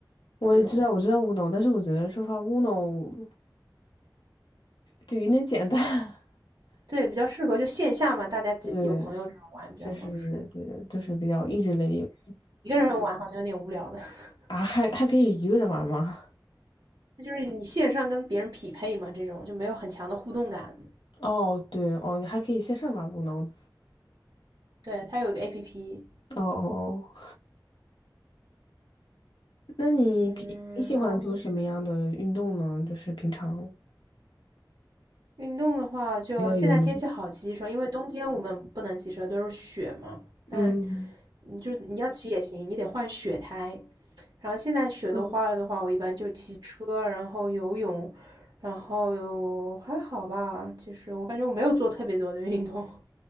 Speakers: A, on the left; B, on the right.
A: 我也知道我知道
B: 这种。
A: Uno，但是我觉得说实话，Uno 就有点简单。<laughs>
B: 对，比较适合就线下嘛，大家几有朋友这种玩比较合适。
A: 对，就是对的，就是比较益智类的游戏
B: 一个人玩好像有点无聊的，<laughs>
A: 啊，还还可以一个人玩吗？
B: 那就是你线上跟别人匹配嘛，这种就没有很强的互动感。
A: <laughs> 哦，对哦，还可以线上玩 Uno。
B: 对，它有一个 APP。
A: 哦哦。哦那你平你喜欢做什么样的运动呢？
B: 嗯，然后我平时
A: 就是平常
B: 运动的话，就现在天气好，
A: 除了游泳，
B: 骑骑车，因为冬天我们不能骑车，都是雪嘛。但
A: 嗯，
B: 你就你要骑也行，你得换雪胎。然后现在雪都化了的话，
A: 嗯，
B: 我一般就骑车，然后游泳，然后还好吧。其实我感觉我没有做特别多的运动，